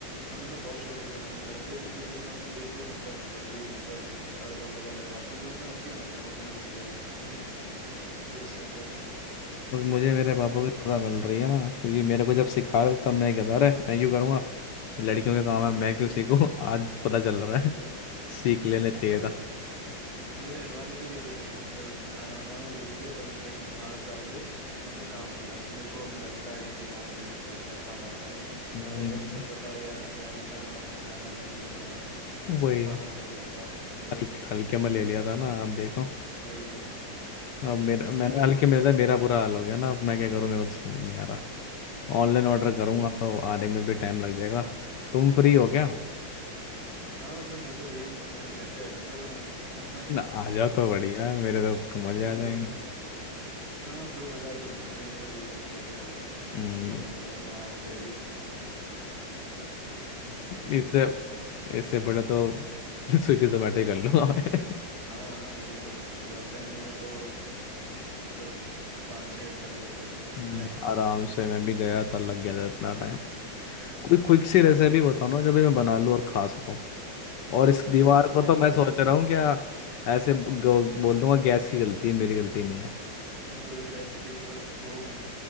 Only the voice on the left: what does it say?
बस मुझे मेरे पापा
की सजा मिल रही है ना क्योंकि मेरे को जब सिखा रहे थे तब मैं कहता अरे मैं क्यों करूँगा ये लड़कियों का
काम है मैं क्यों सीखूं आज पता चल रहा
है
सीख लेने चाहिए
था
हम्म,
वही
हल्के हल्के में ले लिया था ना आप देखो
अब मेरा मैंने
हल्के
में
लिया
था मेरा बुरा हाल हो गया ना अब मैं क्या करूँ मेरे को तो समझ नहीं आ रहा ऑनलाइन ऑर्डर करूंगा
तो आने में भी टाइम लग जाएगा तुम फ्री हो क्या
ना आ जाओ तो बढ़िया है मेरे तो मजे
आ जाएंगे
हम्म
<laughs>
इससे
इससे बड़ा तो <laughs> स्विगी जोमेटो ही कर लूंगा मैं
हम्म,
आराम से मैं भी गया था लग गया था इतना टाइम
कोई क्विक सी रेसिपी बताओ ना जब मैं बना लूं और खा सकूं और इस
दीवार
को तो मैं
सोच रहा हूँ क्या ऐसे ब- गो- बोल
दूंगा गैस की गलती है मेरी गलती नहीं है